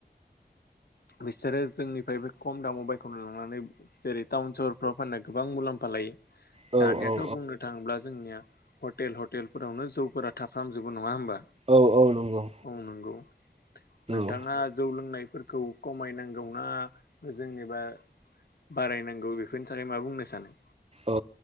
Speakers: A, on the left; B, on the right.
A: बिसोरो जोंनिफ्रायबो खम दामाव बायख'नानै लांनानै जेरै टाउन सहरफ्राव फाननायखौ गोबां मुलाम्फा लायो
B: औ
A: दानियाथ'
B: औ
A: बुंनो थाङोब्ला जोंनिया हटेल हटेलफोरावनो जौफोरा थाफ्रामजोबो नङा होमबा
B: औ औ नंगौ
A: औ नंगौ नोंथाङा
B: औ
A: जौ लोंनायफोरखौ खमायनांगौना जोंनिबा बारायनांगौ बेफोरनि थाखाय मा बुंनो सानो
B: ओ